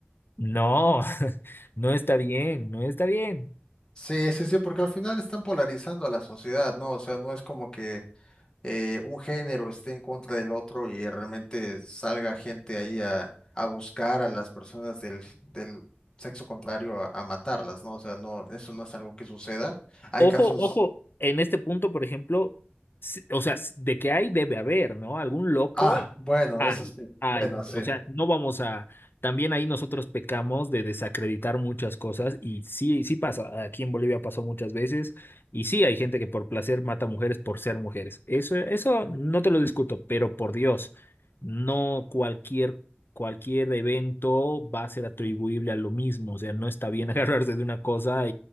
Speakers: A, on the left; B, on the left.
A: no, <laughs> no está bien, no está bien.
B: Sí, sí, sí, porque al final están polarizando a la sociedad, ¿no? O sea, no es como que eh, un género esté en contra del otro y realmente salga gente ahí a, a buscar a las personas del, del sexo contrario a, a matarlas, ¿no? O sea, no, eso no es algo que suceda. Hay
A: Ojo,
B: casos,
A: ojo, en este punto, por ejemplo, si- o sea, si- de que hay, debe haber, ¿no? Algún loco
B: ah, bueno,
A: hay,
B: eso sí,
A: hay.
B: bueno, sí.
A: O sea, no vamos a. También ahí nosotros pecamos de desacreditar muchas cosas y sí, sí pasa. Aquí en Bolivia pasó muchas veces y sí hay gente que por placer mata mujeres por ser mujeres. Eso, eso no te lo discuto, pero por Dios, no cualquier. Cualquier evento va a ser atribuible a lo mismo, o sea, no está bien <laughs> agarrarse de una cosa